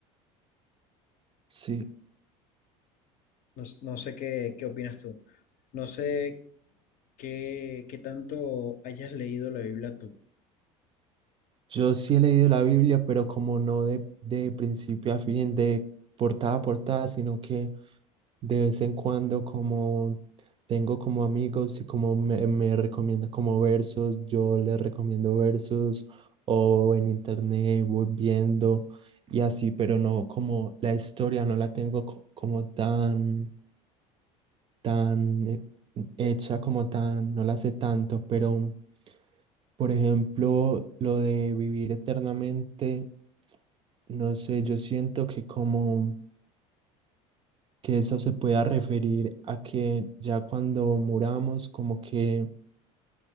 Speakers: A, on the right; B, on the left.
A: Sí,
B: No, s- no sé qué, qué opinas tú. No sé qué, qué tanto hayas leído la Biblia tú.
A: yo sí he leído la Biblia, pero como no de, de principio a fin, de portada a portada, sino que de vez en cuando como tengo como amigos y como me, me recomienda como versos, yo les recomiendo versos o en internet voy viendo y así, pero no como la historia no la tengo co- como tan tan eh, hecha como tan, no la sé tanto, pero por ejemplo, lo de vivir eternamente, no sé, yo siento que como que eso se pueda referir a que ya cuando muramos, como que